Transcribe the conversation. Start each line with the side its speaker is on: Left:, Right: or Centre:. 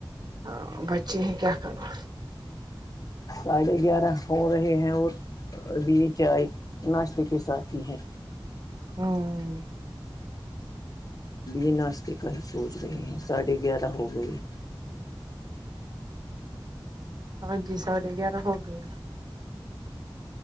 Right: ہاں بچے ہے کیا کرنہ
Left: ساڑھے گیارہ ہو رہے ہیں اور ابھی یہ چائے ناشتے کے ساتھ ہی ہیں
Right: ھممم
Left: یہ ناشتے کا ہی سوچ رہے ہیں ساڑھے گیارہ ہو گئے
Right: ہاں جی ساڑھے گیارہ ہوگئے